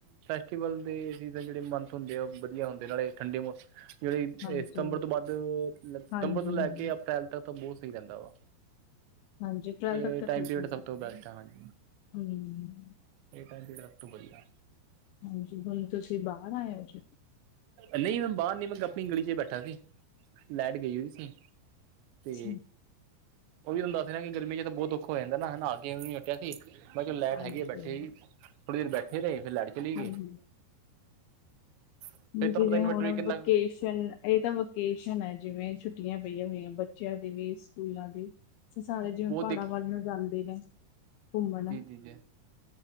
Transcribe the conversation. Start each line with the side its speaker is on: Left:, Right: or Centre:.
Right: ਫੈਸਟੀਵਲ ਦੇ ਸੀਜ਼ਨ, ਜਿਹੜੇ ਮੰਥ ਹੁੰਦੇ ਆ। ਉਹ ਵਧੀਆ ਹੁੰਦੇ ਆ, ਨਾਲੇ ਠੰਡੇ। ਜਿਵੇਂ
Left: ਹਾਂਜੀ
Right: ਸਤੰਬਰ ਤੋਂ ਬਧ, ਸਤੰਬਰ
Left: ਹਾਂਜੀ
Right: ਤੋਂ ਲੈ
Left: ਹਾਂਜੀ
Right: ਕੇ, ਅਪ੍ਰੈਲ ਤੱਕ ਤਾਂ, ਬਹੁਤ ਸਹੀ ਰਹਿੰਦਾ ਵਾ।
Left: ਹਾਂਜੀ ਅਪ੍ਰੈਲ
Right: ਇਹ
Left: ਤੱਕ ਤਾਂ
Right: ਟਾਈਮ
Left: ਠੀਕ
Right: ਪੀਰੀਅਡ,
Left: ਹੁੰਦੀ
Right: ਸਭ ਤੋਂ ਬੈਸਟ ਆ ਜੀ।
Left: ਹਮ
Right: ਇਹ, ਟਾਈਮ ਪੀਰੀਅਡ, ਸਭ ਤੋਂ ਵਧੀਆ।
Left: ਹਾਂਜੀ। ਹੁਣ ਤੁਸੀਂ, ਬਾਹਰ ਆਏ ਹੋ ਜੀ।
Right: ਨਹੀਂ ਮੈਂ ਬਾਹਰ ਨੀ। ਮੈਂ ਤ ਆਪਣੀ ਗਲੀ ਚ ਬੈਠਾ ਸੀ। ਲੈਟ ਗਈ ਹੋਈ ਸੀ।
Left: ਜੀ
Right: ਤੇ ਉਹ ਵੀ ਤੁਹਾਨੂੰ, ਦੱਸਣਾ ਕਿ, ਗਰਮੀ ਚ ਤੇ, ਬਹੁਤ ਔਖਾ ਹੋ ਜਾਂਦਾ। ਹਨਾ। ਹੁਣੇ ਉੱਠਿਆ ਸੀ। ਮੈਂ ਕਿਹਾ ਲਾਈਟ
Left: ਹਾਂਜੀ
Right: ਹੈਗੀ ਆ ਬੈਠੇ ਸੀ। ਥੋੜੀ ਦੇਰ ਬੈਠੇ ਰਹੇ, ਫੇਰ ਲਾਈਟ ਚਲੀ ਗਈ
Left: ਹਮ
Right: ਆ। ਫਿਰ ਤੁਹਾਨੂੰ
Left: ਜਿਵੇਂ
Right: ਪਤਾ ਇਨਵਰਟਰ
Left: ਹੁਣ,
Right: ਵੀ ਕਿੰਨਾ
Left: ਵਿਕੇਸ਼ ਇਹ ਤਾਂ ਵੋਕੇਸ਼ਨ ਹੈ, ਜਿਵੇਂ। ਛੁੱਟੀਆਂ, ਪਈਆਂ ਹੋਈਆਂ ਬੱਚਿਆਂ ਦੀ ਵੀ, ਸਕੂਲਾਂ ਦੀ। ਸਾਰੇ
Right: ਉਹ
Left: ਜਿਵੇਂ, ਪਹਾੜਾਂ
Right: ਦੇਖ
Left: ਵੱਲ ਨੂੰ, ਜਾਂਦੇ ਨੇ। ਘੁੰਮਣ।
Right: ਜੀ ਜੀ ਜੀ